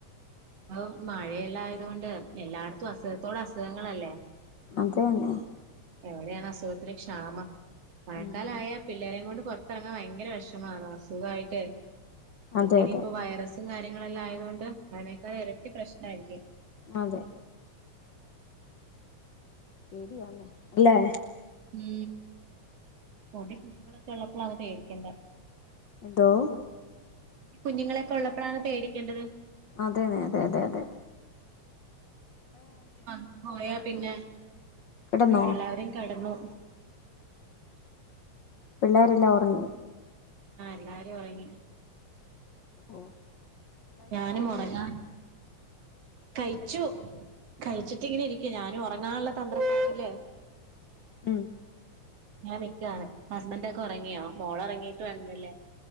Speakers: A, on the right; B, on the left.
A: ഇപ്പൊ മഴ എല്ലാം ആയതോണ്ട് എല്ലാടത്തും അസുഖത്തോട് അസുഖങ്ങളല്ലേ
B: അതന്നെ
A: എവിടെയാണ് അസുഖത്തിന് ക്ഷാമം മഴക്കാലം
B: ഉം
A: അയ പിള്ളേരേം കൊണ്ട് പൊറത്ത് ഇറങ്ങാൻ ഭയങ്കര വെഷമം ആണ് അസുഖം ആയിട്ട്
B: അതെ
A: ഇപ്പൊ ഇനിപ്പോ
B: അതെ
A: വയറസ് സും കാര്യങ്ങളും എല്ലാം ആയതോണ്ട് അതിനേക്കാൾ ഇരട്ടി പ്രശ്നം ആയിരിക്കും
B: അതെ പേടി ആകുന്നു അല്ലെ
A: മൂ പൊടികുഞ്ഞുങ്ങൾ ഒക്കെ ഉള്ളപ്പളാണ് പേടിക്കേണ്ടെ
B: എന്തോ
A: പൊടികുഞ്ഞുങ്ങൾ ഒക്കെ ഉള്ളപ്പളാണ് പേടിക്കേണ്ടത്
B: അതെയതെ യതേ
A: വന്നു പോയ പിന്നെ
B: കിടന്നോ
A: ഉം എല്ലാരും കെടന്നു
B: പിള്ളേരെല്ലാം ഉറങ്ങി
A: ആ എല്ലാരും ഉറങ്ങി.
B: ആഹ്
A: ഞാനും ഉറങ്ങാൻ കഴിച്ചു കഴിച്ചിട്ടിങ്ങനെ ഇരിക്ക ഞാനും ഉറങ്ങാൻ ഉള്ള തന്ദ്രപ്പാടിൽ-
B: ഉം
A: ഇങ്ങനെ നിക്കാണ് ഹസ്ബൻഡ് ഒക്കെ ഉറങ്ങിയോ മോൾ ഉറങ്ങിയിട്ട് കാണാല്ലോലെ